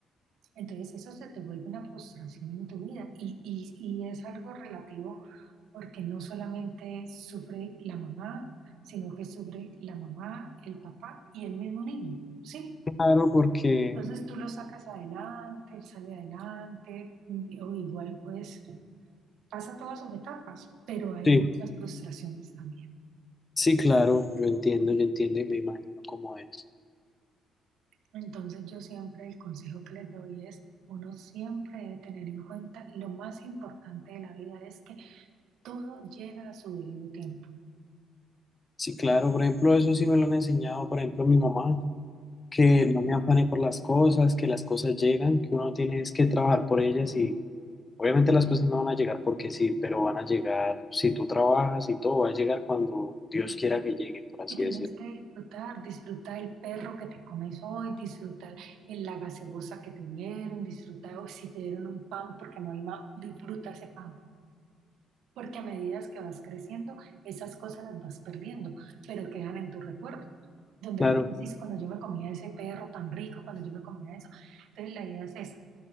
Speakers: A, on the right; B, on the left.
A: Entonces eso se te vuelve una frustración en tu vida y, y, y es algo relativo porque no solamente sufre la mamá, sino que sufre la mamá, el papá y el mismo niño, ¿sí?
B: claro, porque,
A: Entonces tú lo sacas adelante, él sale adelante, o igual pues pasa todas sus etapas, pero hay
B: sí,
A: muchas frustraciones también.
B: sí, claro, yo entiendo, yo entiendo y me imagino cómo es.
A: Entonces yo siempre el consejo que les doy es, uno siempre debe tener en cuenta lo más importante de la vida es que todo llega a su debido tiempo.
B: Sí, claro, por ejemplo, eso sí me lo han enseñado, por ejemplo, mi mamá. que no me afane por las cosas, que las cosas llegan, que uno tiene es que trabajar por ellas y obviamente las cosas no van a llegar porque sí, pero van a llegar si tú trabajas y todo va a llegar cuando Dios quiera que llegue, por así
A: Y tienes
B: decirlo.
A: que disfrutar, disfrutar el perro que te comes hoy, disfrutar el, la gaseosa que te dieron, disfrutar si te dieron un pan porque no hay más, disfruta ese pan. Porque a medida que vas creciendo, esas cosas las vas perdiendo, pero quedan en tu recuerdo. Donde
B: Claro,
A: vos decís, cuando yo me comía ese perro tan rico, cuando yo me comía eso. Entonces la idea es esa,